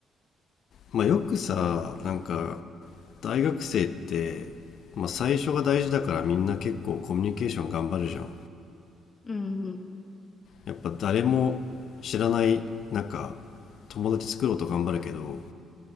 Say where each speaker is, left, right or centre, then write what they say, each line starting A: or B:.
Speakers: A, on the left (about 65°); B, on the left (about 35°).
A: まあよくさなんか大学生って、まあ、最初が大事だからみんな結構コミュニケーション頑張るじゃん。
B: うん、うん、
A: やっぱ誰も知らない中、友達作ろうと頑張るけど、